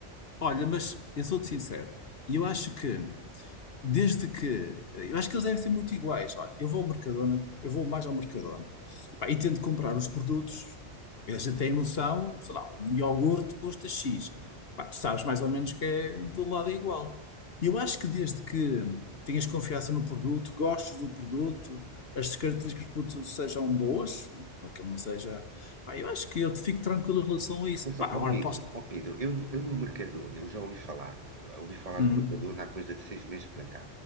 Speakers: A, on the left; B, on the right.
A: Olha, mas eu sou-te sincero. E eu acho que Desde que, eu acho que eles devem ser muito iguais. Olha, eu vou ao Mercadona, eu vou mais ao Mercadona Pá, e tento comprar os produtos. Eles já têm noção, sei lá, um iogurte custa X. Pá, tu sabes mais ou menos que é em todo lado é igual. E Eu acho que desde que tenhas confiança no produto, gostes do produto, as características do produto sejam boas, para que ele não seja. Pá, eu acho que eu fico tranquilo em relação a isso.
B: Mas,
A: Pá,
B: ó
A: agora
B: ó Pedro,
A: posso.
B: ó Pedro, eu, no- eu no Mercadona, eu já ouvi falar, eu ouvi falar
A: Hum.
B: do Mercadona há coisa de seis meses para cá.